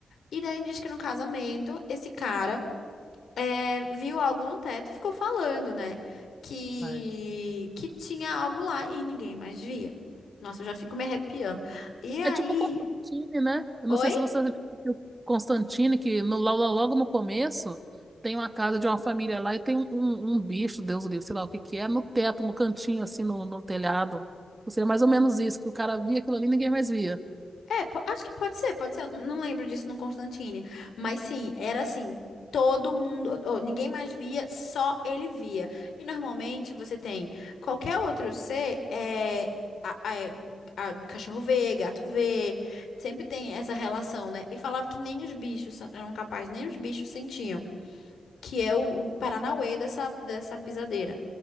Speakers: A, on the left; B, on the right.
A: E daí diz que no casamento, esse cara é, viu algo no teto e ficou falando, né? Que,
B: Ai.
A: que tinha algo lá e ninguém mais via. Nossa, eu já fico me arrepiando. E aí.
B: É tipo Constantine, né? Eu
A: Oi?
B: não sei se você viu Constantine, que no, lo- lo- logo no começo tem uma casa de uma família lá e tem um, um, um bicho, Deus o livre, sei lá o que que é, no teto, no cantinho, assim, no, no telhado. Ou seja, mais ou menos isso, que o cara via aquilo ali e ninguém mais via.
A: É, po- acho que pode ser, pode ser. Eu não lembro disso no Constantine. Mas sim, era assim, todo mundo, ou ninguém mais via, só ele via. E normalmente você tem qualquer outro ser, é, a, a- é, a- cachorro vê, gato vê, sempre tem essa relação, né? E falava que nem os bichos sa- eram capazes, nem os bichos sentiam, que é o, o Paranauê dessa, dessa pisadeira.